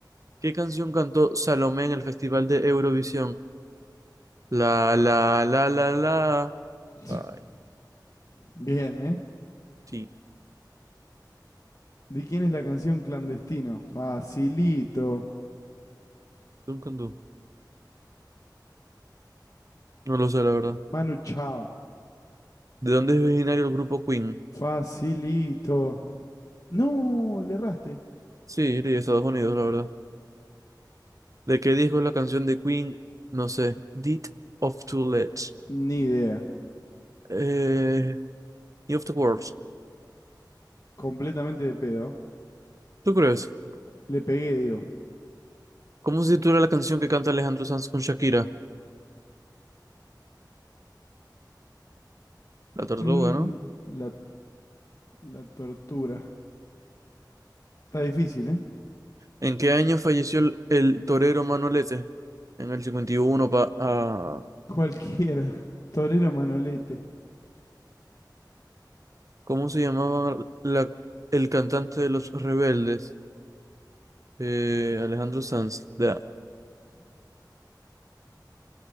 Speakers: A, on the right (about 45°); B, on the left (about 50°).
A: ¿Qué canción cantó Salomé en el Festival de Eurovisión? La, la, la, la, la.
B: <laughs>
A: Ay,
B: Bien, ¿eh?
A: sí,
B: ¿De quién es la canción Clandestino? Facilito.
A: nunca anduvo. No lo sé, la verdad.
B: Manu Chao.
A: ¿De dónde es originario el grupo Queen?
B: Facilito. No, le erraste.
A: Sí, de Estados Unidos, la verdad. ¿De qué disco es la canción de Queen? No sé. Deed of Two Legs.
B: Ni idea.
A: Eh, Need of the World.
B: Completamente de pedo.
A: ¿Tú crees?
B: Le pegué, digo.
A: ¿Cómo se titula la canción que canta Alejandro Sanz con Shakira? La Tortuga,
B: Mm,
A: ¿no?
B: mm. la, la tortura. Está difícil, ¿eh?
A: ¿En qué año falleció el, el torero Manolete? En el 51, pa, ah,
B: Cualquiera. Torero Manolete.
A: ¿cómo se llamaba la- el cantante de Los Rebeldes? Eh, Alejandro Sanz. Da.